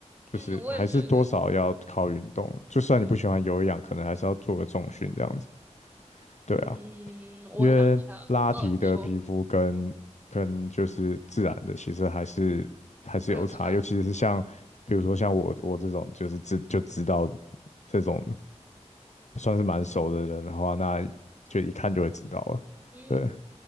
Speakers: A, on the right (about 15°); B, on the left (about 75°).
A: 嗯，
B: 就是还是多少要靠运动，
A: 我也觉得，
B: 就算你不喜欢有氧，
A: 嗯
B: 可能还是要做个重训这样子。对啊，
A: 嗯，我想一下，
B: 因为拉提的皮肤跟跟就是自然的，
A: 嗯，你说
B: 其实还是还是有差，
A: 会有差，
B: 尤其是像比如说像我我这种就是知就知道这种算是蛮熟的人的话，那就一看就会知道了。
A: 嗯。
B: 对，